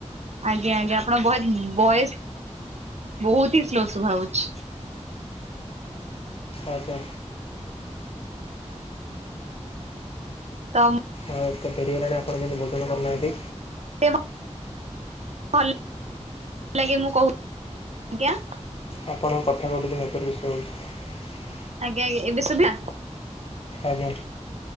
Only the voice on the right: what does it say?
ଆଜ୍ଞା ଆଜ୍ଞା ଆପଣ ଭଏ ଭଏସ ବହୁତ ହି ସ୍ଲୋ ଶୁଭାହଉଛି।
ତମ
ଭଲ ଲାଗେ ମୁଁ କହୁଛି ଆଜ୍ଞା।
ଆଜ୍ଞା ଆଜ୍ଞା ଏବେ ଶୁଭିଲା?